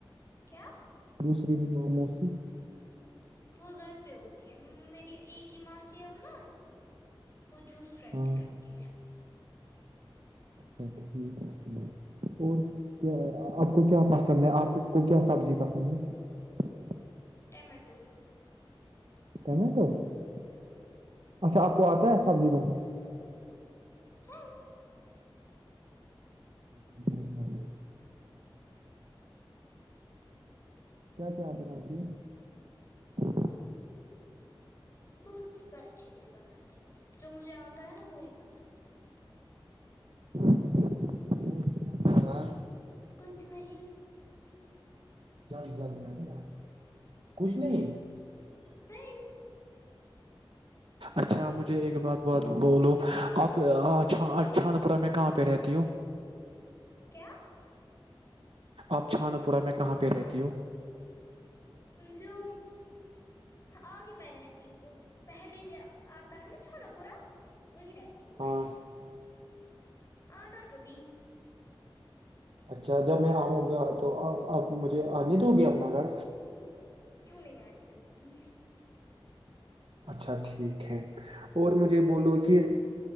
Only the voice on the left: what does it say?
کیا <unintelligible>
وہ گھر پہ ہوتی ہے میری ایک ہی ماسی ہے وہ نا وہ جوس فریکٹری
کرتی ہے <unintelligible>
ٹمٹو <unintelligible>
ہاں
بہت ساری چیزیں بناتی ہوں جو مجھے آتا ہے نا وہی بناتی ہوں میں
کچھ نہیں
نہیں
کیا
جو آگے میں رہتی ہوں پہلے سے آتا ہے نا چھوناپورا وہی رہتی ہوں
میں آنا کبھی
کیوں نہیں آنی د گی